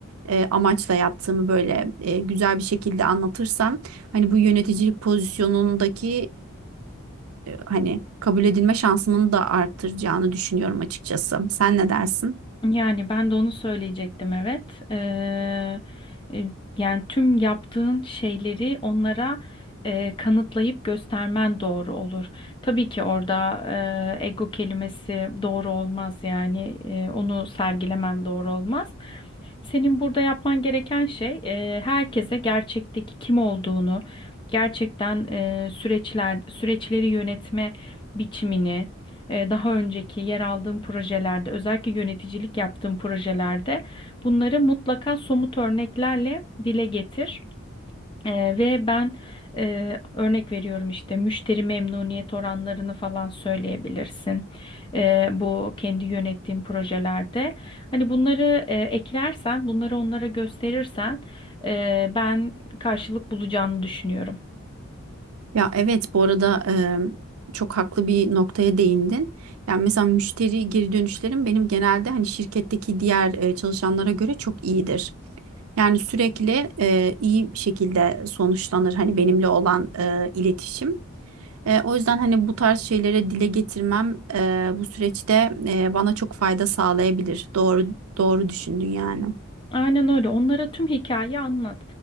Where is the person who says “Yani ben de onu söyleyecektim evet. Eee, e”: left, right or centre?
Left